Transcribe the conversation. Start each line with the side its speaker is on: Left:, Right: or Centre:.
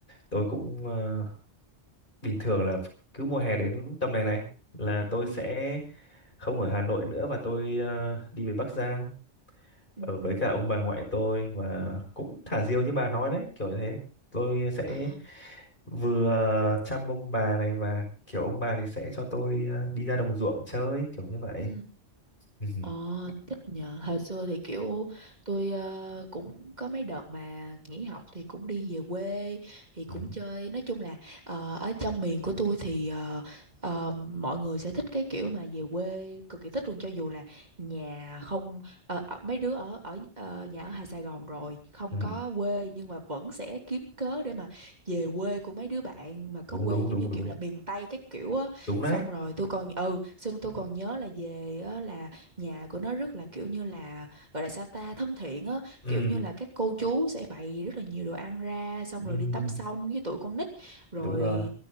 Left: tôi cũng ờ, bình thường là cứ mùa hè đến tầm này này là tôi
Right: Ừ.
Left: sẽ không ở Hà Nội nữa và tôi ờ, đi về Bắc Giang ở
Right: ừ.
Left: với cả ông bà ngoại tôi và cũng thả diều như bà nói đấy kiểu như thế tôi sẽ
Right: Ờ.
Left: vừa chăm ông bà này và kiểu ông bà thì sẽ cho tôi ờ, đi ra đồng ruộng chơi kiểu như vậy
Right: Ừ.
Left: ừ.
Right: Ờ, thích nhờ. Hồi xưa thì kiểu tôi ờ, cũng có mấy đợt mà nghỉ học thì cũng đi về quê thì cũng
Left: Ừ.
Right: chơi. Nói chung là ờ, ở trong miền của tôi thì ờ, ờ, mọi người sẽ thích cái kiểu mà về quê cực kỳ thích luôn cho dù là nhà không ờ, ở- mấy đứa ở ở ờ, nhà ở Hà Sài Gòn rồi không
Left: Ừ.
Right: có quê nhưng mà vẫn sẽ kiếm cớ để mà về quê của mấy đứa bạn mà có
Left: đúng
Right: quê
Left: đúng
Right: giống
Left: đúng
Right: như kiểu
Left: đúng
Right: là miền Tây các kiểu á.
Left: đúng đấy
Right: Xong rồi tôi còn ừ, xong tôi còn nhớ là về á, là nhà của nó rất là kiểu như là gọi là sao ta thân thiện á
Left: ừ.
Right: kiểu như là các cô chú sẽ bày rất là nhiều đồ ăn ra xong
Left: Ừ.
Right: rồi đi tắm sông với tụi con nít rồi
Left: đúng rồi